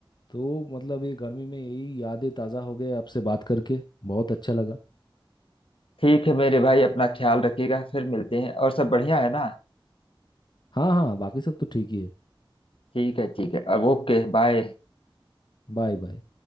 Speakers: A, on the left (about 55°); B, on the left (about 80°).
A: तो मतलब ये गर्मी में यही यादें ताज़ा हो गए आपसे बात करके बहुत अच्छा लगा
B: ठीक है मेरे भाई अपना ख्याल रखिएगा फिर मिलते हैं और सब बढ़िया है ना
A: हाँ हाँ बाकी सब तो ठीक ही है
B: ठीक है ठीक है अब ओके बाय
A: Bye bye